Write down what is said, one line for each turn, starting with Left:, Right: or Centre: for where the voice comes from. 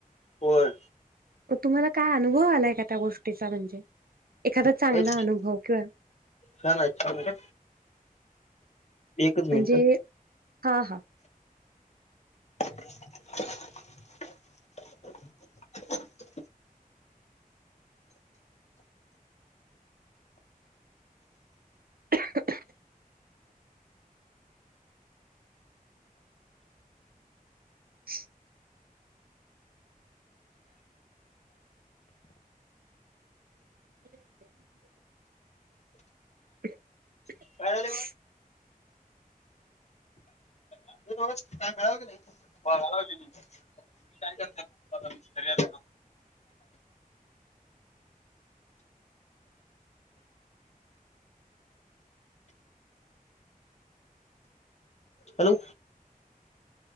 Left: होय
Right: तुम्हाला काय अनुभव आलाय का गोष्टीचा म्हणजे? एखादा चांगला
Left: एक
Right: अनुभव किंवा
Left: छान आहे छान आहे. एकच मिनिट
Right: म्हणजे हा हा.
Left: <inaudible> <inaudible>
Right: <unintelligible> <unintelligible> <unintelligible>
Left: काय झालं म्हण काय मिळाल की नाही? काय करनार? घरी आलेलो. हॅलो